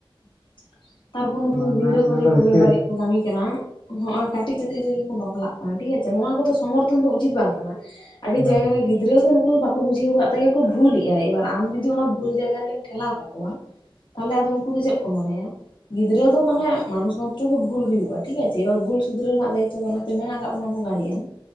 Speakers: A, on the left; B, on the left.
A: ᱾ ᱛᱟᱨᱯᱚᱨ ᱱᱩᱠᱩ
B: ᱚᱱᱟ
A: ᱜᱤᱫᱽᱨᱟᱹ
B: ᱚᱱᱟ
A: ᱠᱚ ᱡᱮ
B: ᱫᱚ ᱵᱮᱥᱤ
A: ᱵᱮ ᱵᱟᱹᱲᱤᱡ ᱠᱚ ᱠᱟᱹᱢᱤ ᱠᱟᱱᱟ ᱦᱚᱸᱜᱼᱚᱭ ᱠᱟᱹᱴᱤᱡ ᱠᱟᱹᱴᱤᱡ ᱨᱮᱜᱮ ᱠᱚ ᱵᱟᱯᱞᱟᱜ ᱠᱟᱱᱟ ᱴᱷᱤᱠ ᱟᱪᱷᱮ ᱱᱚᱣᱟ ᱠᱚᱫᱚ ᱥᱚᱢᱚᱨᱛᱷᱚᱱ ᱫᱚ ᱩᱪᱤᱛ ᱵᱟᱝ ᱠᱟᱱᱟ ᱾
B: ᱵᱟᱝ
A: ᱟᱹᱰᱤ ᱡᱟᱭᱜᱟ
B: ᱵᱟᱝ
A: ᱨᱮ ᱜᱤᱫ ᱜᱤᱫᱽᱨᱟᱹ ᱫᱚ ᱱᱩᱠᱩ ᱵᱟᱠᱚ ᱵᱩᱡᱷᱟᱹᱣ ᱟᱠᱟᱫ ᱛᱮᱜᱮ ᱠᱚ ᱵᱷᱩᱞᱮᱫᱼᱟᱭ ᱮᱵᱟᱨ ᱟᱢ ᱡᱩᱫᱤ ᱚᱱᱟ ᱵᱷᱩᱞ ᱡᱟᱭᱜᱟ ᱨᱮᱜᱮᱢ ᱴᱷᱮᱞᱟᱣ ᱠᱟ ᱠᱚᱣᱟ ᱾ ᱛᱟᱦᱚᱞᱮ ᱟᱫᱚ ᱩᱱᱠᱩ ᱫᱚ ᱪᱮᱫ ᱠᱚ ᱢᱚᱱᱮᱭᱟ ᱜᱤᱫᱽᱨᱟᱹ ᱫᱚ ᱢᱟᱱᱮ ᱢᱟᱱᱩᱥ ᱢᱟᱛᱨᱚ ᱜᱮ ᱵᱷᱩᱞ ᱦᱩᱭᱩᱜᱼᱟ ᱴᱷᱤᱠ ᱟᱪᱷᱮ ᱾ ᱮᱵᱟᱨ ᱵᱷᱩᱞ ᱥᱩᱫᱷᱨᱟᱹ ᱨᱮᱱᱟᱜ ᱫᱟᱭᱤᱛᱛᱚ ᱫᱚ ᱚᱱᱟᱛᱮ ᱢᱮᱱᱟᱜ ᱠᱟᱜ ᱵᱚᱱᱟ ᱵᱚ ᱜᱟᱲᱤᱭᱮᱱ᱾